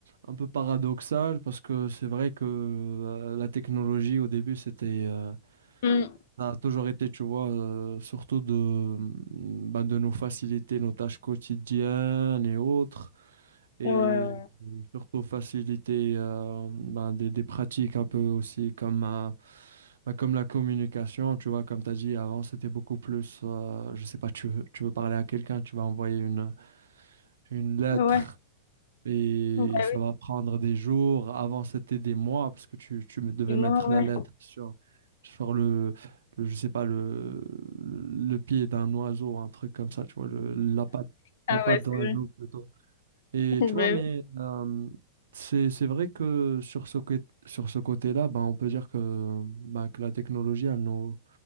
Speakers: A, on the right; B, on the left.
A: un peu paradoxale parce que c'est vrai que euh, la technologie au début c'était, euh,
B: Mm.
A: ça a toujours été, tu vois, euh, surtout de, mm, bah, de nous faciliter nos tâches quotidiennes et autres et
B: Ouais, ouais,
A: surtout faciliter euh, bah, des, des pratiques un peu aussi comme, euh, bah, comme la communication, tu vois, comme tu as dit avant, c'était beaucoup plus, euh, je sais pas, tu veux, tu veux parler à quelqu'un, tu vas envoyer une une lettre
B: ouais. Ouais.
A: et
B: Bah
A: ça
B: oui,
A: va prendre des jours. Avant, c'était des mois parce que tu, tu me- devais
B: c'est
A: mettre
B: moi, ouais.
A: la lettre sur, sur le, le, je sais pas, le, le pied d'un oiseau, un truc comme ça, tu vois, le, la patte,
B: Ah
A: la patte
B: ouais,
A: d'oiseau
B: c'est vrai.
A: plutôt. Et
B: <laughs> Ouais.
A: tu vois, mais euh, c'est, c'est vrai que sur ce, côté- sur ce côté-là, ben, on peut dire que, ben, que la technologie, elle nous,